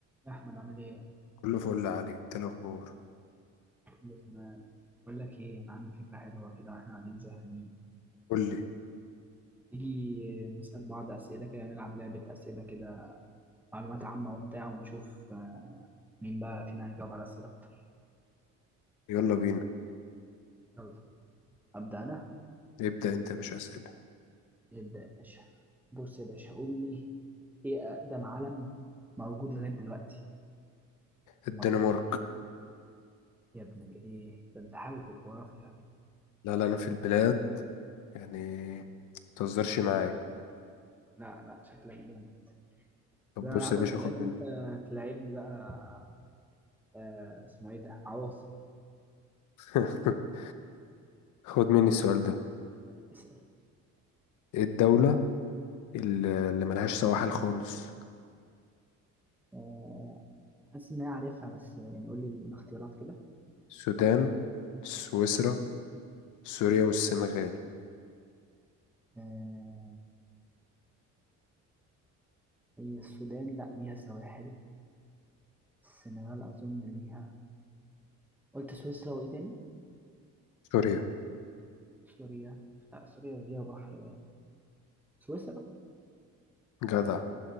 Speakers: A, in the centre; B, on the left.
A: يا احمد عامل ايه
B: كله فل علي انت الاخبار
A: كله تمام بقول لك ايه انا عندي فكره حلوه كده واحنا قاعدين زهقانين
B: قول لي
A: تيجي نسال بعض اسئله كده نلعب لعبه اسئله كده معلومات عامه وبتاع ونشوف آه، مين بقى فينا هيجاوب على اسئله اكتر
B: يلا بينا
A: يلا ابدا انا
B: ابدا انت يا باشا اسئله
A: ابدا يا باشا بص يا باشا قول لي ايه اقدم علم موجود لغايه دلوقتي
B: الدنمارك
A: ما اتغيرش يا ابن ال- ايه ده انت حاوي في الجغرافيا شكلك
B: لا لا انا في البلاد يعني متهزرش معايا
A: لا لا شكلك جامد
B: طب
A: ده انا
B: بص
A: العبك
B: يا باشا
A: بلاد
B: خد مني
A: وانت تلعبني بقى آه اسمه ايه ده عواصم
B: <laughs> خد مني السؤال ده
A: اسال
B: ايه الدوله اللي اللي ملهاش سواحل خالص
A: آه حاسس ان انا عارفها بس يعني قول لي الاختيارات كده
B: السودان سويسرا سوريا والسنغال
A: آه هي السودان لا ليها سواحل السنغال اظن ليها قلت سويسرا وايه تاني
B: سوريا
A: سوريا لا سوريا فيها بحر باين سويسرا
B: جدع